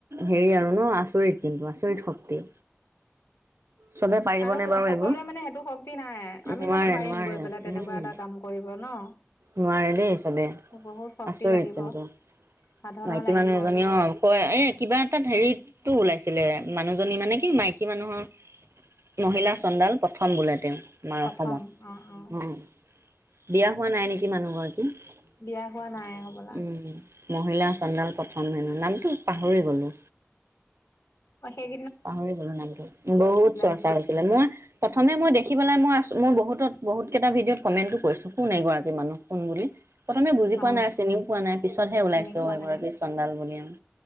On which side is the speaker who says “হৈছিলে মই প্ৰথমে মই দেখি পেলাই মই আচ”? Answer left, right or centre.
Right